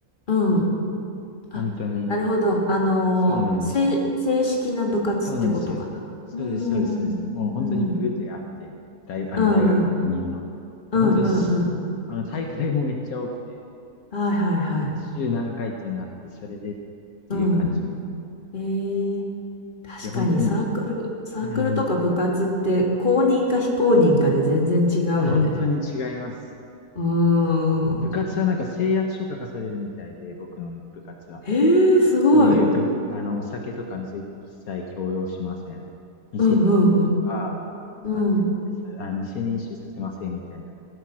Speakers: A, on the left; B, on the left.
A: うん。
B: 本当に、
A: あ、なるほど。あのー、
B: そうなんですよ。
A: 正、正式な部活ってことかな。
B: そうなんですよ。そうです、
A: うん。
B: そうです、そうです。
A: うんうん。
B: もう本当に部であって、大、あの、
A: うんうん。
B: 大学公認の。で本当にし、
A: うんうんうん。
B: あの、大会もめっちゃ多くて、
A: はいはいはい。
B: で週何回っていうのあって、それでっていう感じで。
A: うん。えー、確かにサークル、
B: で、本当に、
A: サークルとか部活って公認か非公認かで全然違うよね。
B: <laughs> あ、本当に違います。
A: うーん。
B: 部活はなんか誓約書書かされるみたいで、僕の部活は。
A: えー、すごい。
B: そういうぶあの、お酒とかぜ一切強要しません。未成年飲酒は、
A: うんうんうん。
B: あの、絶対さ、
A: うん
B: あの、未成年飲酒させませんみたいな。